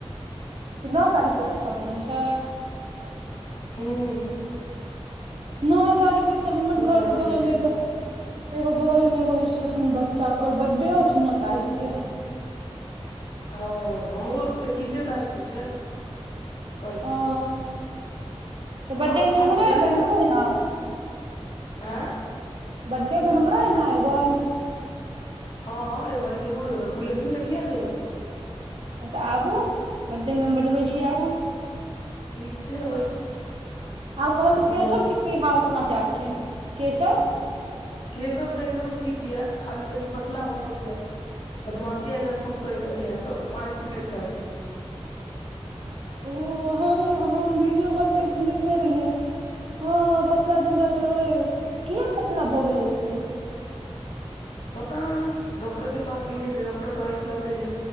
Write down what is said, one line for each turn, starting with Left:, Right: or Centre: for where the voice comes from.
Right: नओ तारीख क रक्षाबंधन छै
Left: हूं
Right: नओ तारीखके तऽ हमर घरके
Left: तारीख
Right: बगलमे
Left: के छै
Right: एगो एगो बगल मे एगो जे छथिन बच्चा ओकर बड्डेओ छै नओ तारीख के
Left: ओ हमरो एक्किसे तारीख के छै कइस
Right: ओ तऽ बर्थडे
Left: आ
Right: मे
Left: आब
Right: इम्हरो
Left: जुलाइ
Right: एबै
Left: खत
Right: हमरो यहाँ
Left: आँ
Right: बर्डे मे हमरो यहाँ एबै
Left: हँँ अयबै जरूर अयबै बुलेथिन तऽ किए नहि अयबै
Right: हँ तऽ आबू बड्डेमे हम बजबै छी आबू
Left: ठीक छै अबै छी
Right: आउ कहलु
Left: पार्टी
Right: केशव
Left: देबै
Right: की हाल समाचार छै केशव
Left: केशब तऽ एकदम ठीक य खाली कनी पतला भए गेलय बदमाश ी आइ काल् खूब कर लगले हन सबके मारैत पिटैत रहे छै
Right: ओ हम हम वीडियो कॉलपर एक दिन देखने रहियै हँ पतला दुबला तऽ लगले रे कििया पतला भऽ गेलेै एते
Left: पता नहि डॉक्टर के पास गेलियै तऽ डॉक्टर कहैतलकै जे